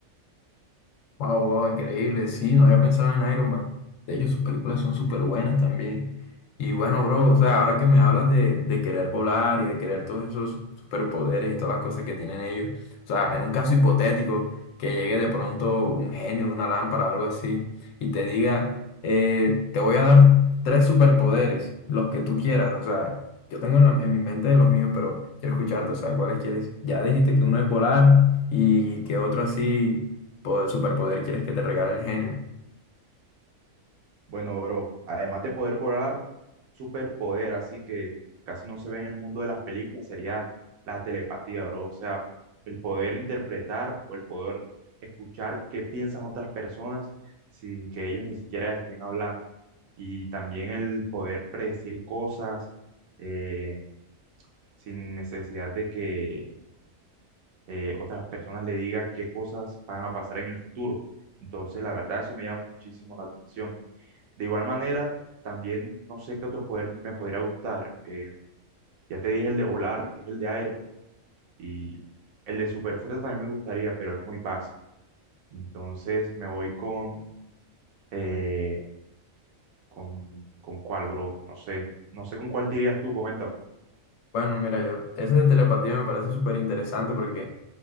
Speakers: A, on the left (about 70°); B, on the right (about 80°).
A: Wow, wow, increíble. Sí, no había pensado en Iron Man. De hecho, sus películas son súper buenas también. Y bueno, bro, o sea, ahora que me hablas de, de querer volar y de querer todos esos superpoderes y todas las cosas que tienen ellos, o sea, en un caso hipotético, que llegue de pronto un genio de una lámpara o algo así y te diga, eh, te voy a dar tres superpoderes, los que tú quieras. O sea, yo tengo en, la- en mi mente los míos, pero quiero escucharte, o sea, ¿cuáles quieres? Ya dijiste que uno es volar y que otro así po- superpoder quieres que te regale el genio.
B: Bueno, bro, además de poder volar, un superpoder, así que casi no se ve en el mundo de las películas, sería la telepatía, bro. O sea, el poder interpretar o el poder escuchar qué piensan otras personas sin que ellos ni siquiera estén hablando. Y también el poder predecir cosas eh, sin necesidad de que eh, otras personas le digan qué cosas van a pasar en el futuro. Entonces, la verdad, eso me llama muchísimo la atención. De igual manera, también no sé qué otro poder me podría gustar. Eh, ya te dije el de volar, que es el de Iron, Man, y el de superfuerza también me gustaría, pero es muy básico. Entonces me voy con, eh, con, con cuál, bro. No sé, no sé con cuál te irías tú, coméntame.
A: Bueno, mira, yo, ese de telepatía me parece súper interesante porque,